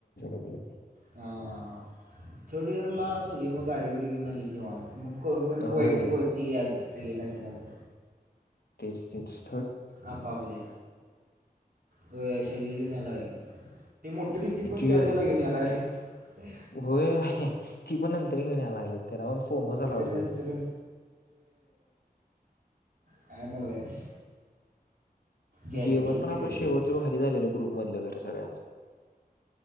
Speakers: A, on the left (about 80°); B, on the right (about 65°).
A: कधी कधी
B: हा, थर्ड इयर ला सगळे मग गाडी बिडी घेऊन आलीत मग निवांत, मग करून पण
A: होय
B: वैयक्तिक वैयक्तिक याल सगे नायता नात
A: सिक्स
B: आपापले, व्हय सगळीच घिऊन यायला लागली. ते मोठरी ती
A: जिओ
B: पण त्याच वेळेला घेऊन यायला लागली.
A: होय ती पण नंतर घेऊन यायला लागलीत. ते नावर फोम झाला वाटत?
B: पण नंतर काय नवच गॅदरिंग
A: जेवण तर आपलं
B: गॅदरिंग
A: शेवटच भारी झालेलं, ग्रुप मधलं घर हाय सगळ्यांच